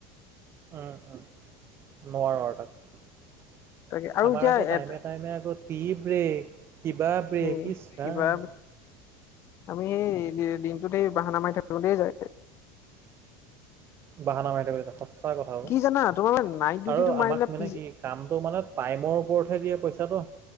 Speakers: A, on the right; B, on the left.
A: অ', অ', নোৱাৰোঁ আৰু তাক
B: তাকে আৰু
A: আমাৰ
B: এতিয়া
A: আকৌ
B: এ
A: টাইমে টাইমে আগত কি ব্ৰেক, টিবা ব্ৰেক
B: এই
A: ইছ
B: কিবা
A: ৰাম।
B: আমি এই দিনটোত এই বাহানা মাৰি থাকিলো তেই যায় গে।
A: বাহানা মাৰি থাকোঁতে <unintelligible> সঁচা কথা অ,
B: কি জানা তোমাৰ মানে নাইট ডিউটিটো
A: আৰু
B: মাৰিলে
A: আমাক
B: পিছ
A: মানে কি কামটো মানে টাইমৰ ওপৰতহে দিয়ে পইচাটো।